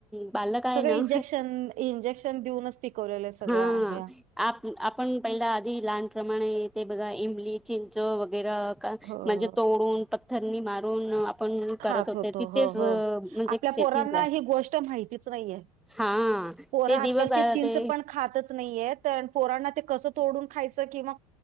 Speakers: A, in the centre; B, on the right (about 40°).
A: बालक आहे
B: सगळं
A: ना
B: इंजेक्शन इंजेक्शन देऊनच पिकवलेलं सगळं
A: हा
B: आहे
A: आप आपण पहिला आधी लहानप्रमाणे ते बघा इमली चिंच वगैरे
B: हो
A: म्हणजे तोडून पथथरनी मारून आपण
B: खात
A: करत होते
B: होतो
A: तिथेच
B: हो
A: म्हणजे
B: -हो आपल्या
A: शेतीला
B: पोरांना ही गोष्ट माहितीच नाहीये.
A: हा
B: <inaudible> पोर
A: ते
B: आजकालचे
A: दिवस आ
B: चचींच
A: ते
B: पण खातच नाहीय पोरांना ते कस तोडून खायच. किंवा